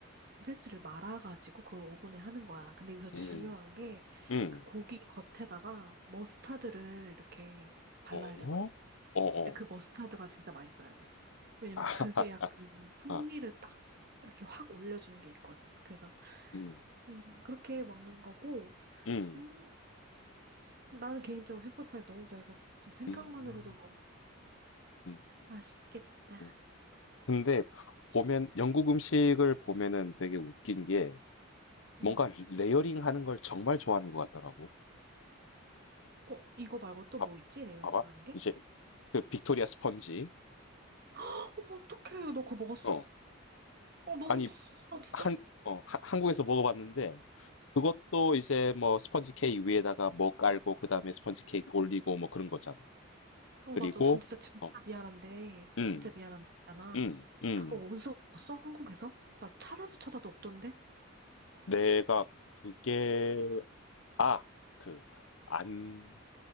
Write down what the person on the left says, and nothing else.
음, 음,
음.
어?
어,
어.
아, <laughs>
아,
음,
음,
음.
음.
음. 근데 보면 영국 음식을 보면은 되게 웃긴 게
뭔가 레이어링 하는 걸 정말 좋아하는 것 같더라고.
봐,
봐봐.
이제 그 빅토리아 스펀지.
어.
아, 니
한, 어, 하- 한국에서 먹어봤는데 그것도 이제 뭐 스펀지 케이크 위에다가 뭐 깔고 그다음에 스펀지 케이크 올리고 뭐 그런 거잖아.
그리고
어,
음,
음, 음.
내가 그게 아 그 안